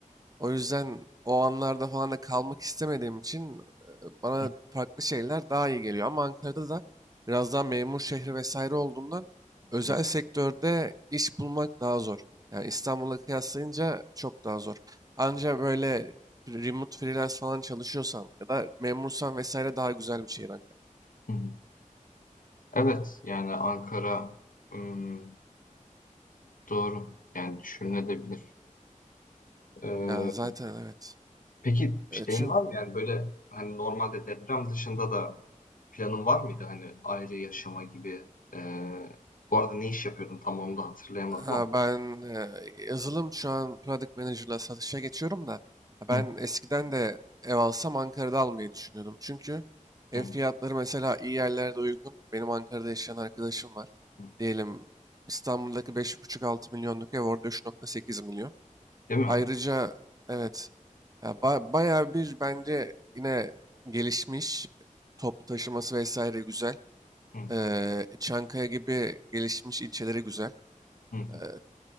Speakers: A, on the right; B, on the left.
A: o yüzden o anlarda falan da kalmak istemediğim için e, bana
B: Hı
A: farklı şeyler daha iyi geliyor. Ama Ankara'da da biraz daha memur şehri vesaire olduğundan özel
B: hı.
A: sektörde iş bulmak daha zor. Yani İstanbul'a kıyaslayınca çok daha zor. Anca böyle remote freelance falan çalışıyorsan ya da memursan vesaire daha güzel bir şehir Ankara.
B: Hı hı. Evet, yani Ankara ım, doğru. Yani düşünülebilir. Ee,
A: Ya zaten evet.
B: peki şeyin
A: E, çünkü
B: var mı yani böyle hani normalde deprem dışında da planın var mıydı hani ayrı yaşama gibi? Ee, bu arada ne iş yapıyordun tam onu da hatırlayamadım
A: ben
B: ama.
A: e, yazılım şu an Product Manager'la satışa geçiyorum da ha, ben
B: Hı
A: eskiden de ev alsam Ankara'da almayı düşünüyordum. Çünkü ev
B: hı
A: fiyatları mesela iyi yerlerde uygun. Benim Ankara'da yaşayan arkadaşım var.
B: hı.
A: Diyelim İstanbul'daki beş buçuk altı milyonluk ev orada üç nokta sekiz milyon.
B: Değil mi?
A: Ayrıca evet ya ba- bayağı bir bence yine gelişmiş e, toplu taşıması vesaire güzel.
B: Hı
A: Eee, Çankaya gibi gelişmiş ilçeleri güzel.
B: hı hı.
A: Eee,